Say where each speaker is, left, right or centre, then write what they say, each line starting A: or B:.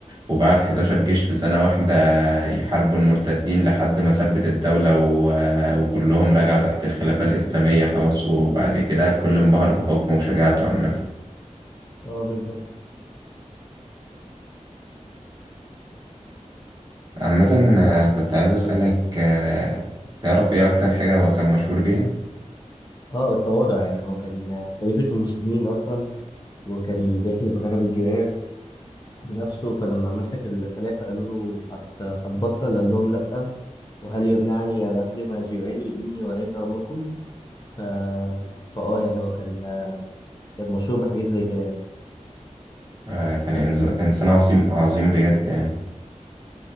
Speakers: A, on the right (about 35°); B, on the left (about 30°).
A: وبعت 11 جيش في سنة واحدة يحاربوا المرتدين لحد ما ثبت الدولة و... وكلهم رجعوا تحت الخلافة الإسلامية خلاص وبعد كده الكل انبهر بحكمه وشجاعته عامة
B: اه بالظبط
A: عامة آه، كنت عايز أسألك آه، تعرف إيه أكتر حاجة هو كان مشهور بيها؟
B: اه التواضع يعني هو كان خليفة المسلمين اصلا وكان بيحلف غنم الجيران بنفسه فلما مسك الخلافة قالوا له هت- هتبطل قال لهم لأ وهل يمنعني أن أخدم جيراني إني وليت أمركم ف... فآه يعني هو كان كان مشهور بحاجات زي كده يعني.
A: آه، كان إنز- إنسان عظيم عظيم بجد يعني